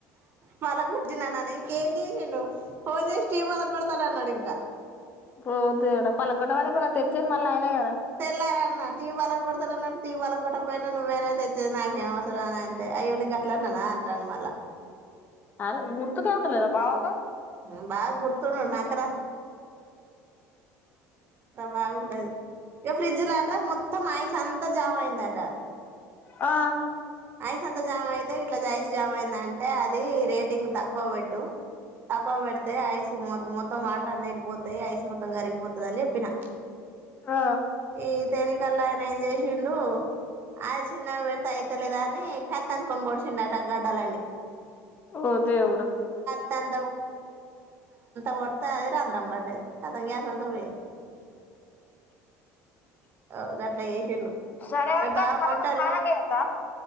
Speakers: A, on the right (about 35°); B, on the left (about 30°).
A: పలగొట్టినాననే ఇంకేం చేసిండు పోన్ చేసి స్టీమల కొడతనన్నాడింకా
B: పోద్దుగడ పల్లగొడ్డమని కూనా తెచ్చేది మళ్ళీ అయినాయి కదా
A: తెల్లారేన్న టీవీ బలగొడతనన్నడ్ టీవ్ పగలగొట్టక పోయినా నువ్యేనే తెచ్చేది నాకేం అవసరం అని అన్ అయ్యె నేన్ గట్లన్నన అంటండూ మల్ల
B: అర గుర్తుకే ఉండలేదా బావకు
A: ఊ బాగా గుర్తుడు నాకరా బాగుంటది ఇక ఫ్రిడ్జ్ లో ఆట మొత్తం ఐస్ అంతా జామ్ అయిందాట
B: ఆ
A: ఐస్ అంత జామ్ అయితే ఇట్లా ఐస్ జామ్ అయింద అంటే అది రేటింగ్ తక్కువ పెట్టు తక్కువ పెడితే ఐస్ మ మొత్తం వాటర్ అన్ని వెళ్ళిపోతాయి ఐస్ మొత్తం కరిగిపోతది అని చెప్పిన
B: ఆ
A: ఈన తెలికల్లా అయన ఏంచేసిండు ఐస్ చిన్నగా పెడతే అయి తలేదని కట్ అందుకొని పొడిచండట గడ్డలన్ని
B: ఓ దేవుడు
A: <unintelligible> కోడితే అది రంధ్రం పడ్డది కథం గ్యాస్ అంత పోయింది అవ్ గట్లా చేసిండు
B: సరే
A: మీ
B: అక్క
A: బావ
B: నే మల్ల
A: కొంటారు
B: కొంచెం ఆనాంక
A: కొ
B: చేత్త